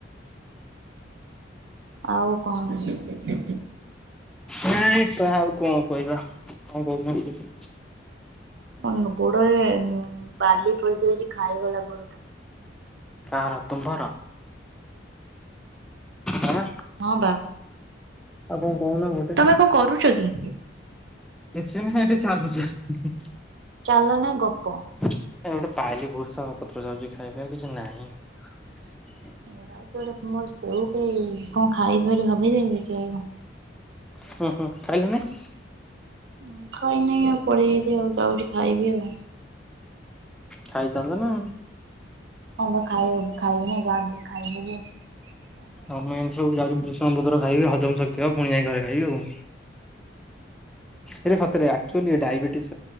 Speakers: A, on the right; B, in the centre.
A: ଆଉ କଣ <unintelligible>
B: ନାଇ ତ ଆଉ କଣ କହିବା, କଣ କହୁଥିଲ?
A: ଆ ମୋ ଗୋଡରେ ବାଲି ପଶି ଯାଇଛି, ଖାଇଗଲା ଗୋଡଟା।
B: କାହାର, ତୁମର? ଆଁ
A: ହଁ ବା।
B: ଆଉ କଣ କହୁନ ଗୋଟେ
A: ତମେ କଣ କରୁଚ କି?
B: ଝୁନୁ ସାଙ୍ଗରେ ଟିକେ ଚାଲୁଚି।
A: ଚାଲନାଇଁ ଗପ୍-
B: ନାଇଁ ଗୋଟେ ପାଇଲି ଭୃସଙ୍ଗ ପତ୍ର ଯାଉଛି ଖାଇବି ଆଉ କିଛି ନାହିଁ।
A: ଯାଉଛି ଗୋଟେ ମୋର ସେଉ କି କଣ, ଖାଇବି ବୋଲି ଭାବିଥିଲି ଦେଖିବା କଣ?
B: ହଁ ହଁ ଖାଇଲନେଇଁ।
A: ଉଁ ଖାଇନି ଆଉ ପଳେଇ ଆଇଲି ଆଉ ଯାଉଛି ଖାଇବି ଆଉ।
B: ଖାଇଥାନ୍ତ ନା।
A: ହଁ ବା ଖାଇଦବୁ ଖାଇବି ନା ଯା ବି ହେଲେ ଖାଇଦେବି।
B: ଆଉ ମୁଁ ଏମିତି ସବୁ ଯାଉଛି ଭୂଷଙ୍ଗ ପତର ଖାଇବି ହଜମ ଶକ୍ତି ହବ ପୁଣି ଯାଇ ଘରେ ଖାଇବି ଆଉ ଇରେ ସତରେ ବା। ଆକଚୁଆଲି ଏ ଡାଇବେଟିଏସ।